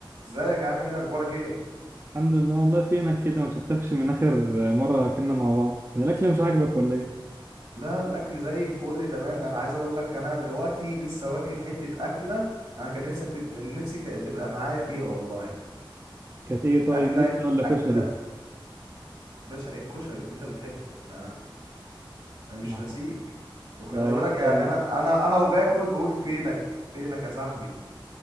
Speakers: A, on the right (about 65°); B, on the right (about 30°).
A: ازيك يا عامل ايه اخبارك ايه
B: الحمد لله والله فينك كده ما شفتكش من اخر مره كنا مع بعض كان الاكل مش عاجبك ولا ايه
A: لا الاكل زي الفل تمام انا عايز اقول لك انا دلوقتي لسه واكل حته اكله انا كان نفسك تبقى نفسي ك- تبقى معايا فيها والله
B: كانت ايه طيب
A: اكله
B: بيتزا
A: انت
B: ولا كشري
A: اكله باشا الكشري اللي انت بتحبه انت انا مش
B: لا
A: ناسيك وخلي
B: لا والله
A: بالك يعني انا انا انا وباكل بقول فينك فينك يا صاحبي